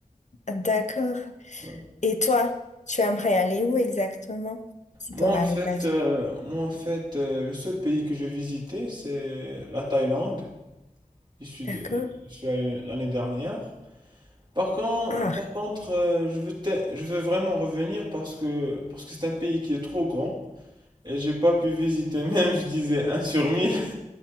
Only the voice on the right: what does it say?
Ouais.
Moi,
en fait,
euh, moi, en fait euh, le seul pays que j'ai visité, c'est la Thaïlande. Je suis,
de- je suis allé l'année dernière. Par contre,
par contre euh, je veux, te- je veux vraiment revenir parce que, parce que c'est un pays qui est trop grand et j'ai pas pu visiter, <laughs> même je disais un sur 1000.